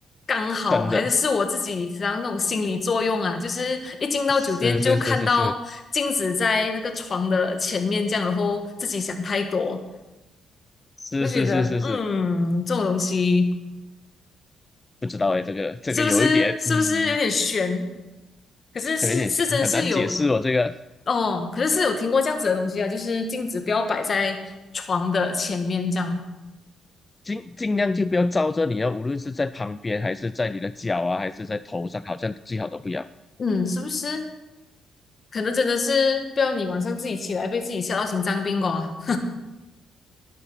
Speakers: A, on the left; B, on the left.
A: 刚好，
B: 真的
A: 还是是我自己实际上那种心理作用啊？就是一进到酒店就看到镜子在那个床的前面这样，
B: 是是是是是。
A: 然后自己想太多。
B: 是是是是是，
A: 我就觉得，嗯，这种东西
B: 不知道哎，这个这个有一点，
A: 是不是是不是有点悬？
B: 嗯，
A: 可是是是真是有
B: 有一点像很难解释哦。这个
A: 哦，可是是有听过这样子的东西啊，就是镜子不要摆在床的前面这样，
B: 尽尽量就不要招着你啊，无论是在旁边，还是在你的脚啊，还是在头上，好像最好都不要。
A: 嗯，是不是？可能真的是不要你晚上自己起来被自己吓到心脏病哦啊